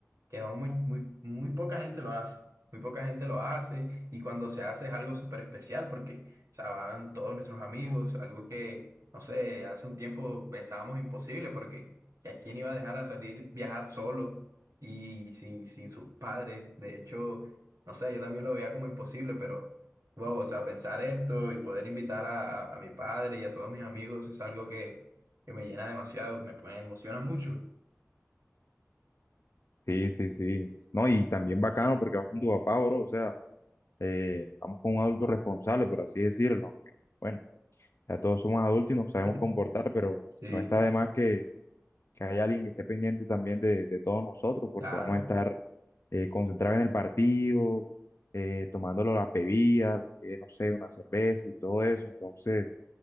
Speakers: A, on the right; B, on the left.
A: que no muy, muy, muy poca gente lo hace. Muy poca gente lo hace y cuando se hace es algo súper especial porque, o sea, van todos nuestros amigos, algo que, no sé, hace un tiempo pensábamos imposible porque ¿y ¿a quién iba a dejar a salir viajar solo y sin, sin sus padres? De hecho, no sé, yo también lo veía como imposible, pero... Wow, o sea, pensar esto y poder invitar a, a- a mi padre y a todos mis amigos es algo que, que me llena demasiado, me, me emociona mucho.
B: Sí, sí, sí. No, y también bacano porque vas con tu papá, bro. O sea, eh, vamos con un adulto responsable, por así decirlo. Aunque, bueno, ya todos somos adultos y nos sabemos
A: <laughs>
B: comportar, pero
A: Sí,
B: no está de más que, que haya alguien que esté pendiente también de, de todos nosotros, porque
A: claro.
B: vamos a estar eh, concentrados en el partido, eh, tomándolo las bebidas, eh, no sé, una cerveza y todo eso. Entonces,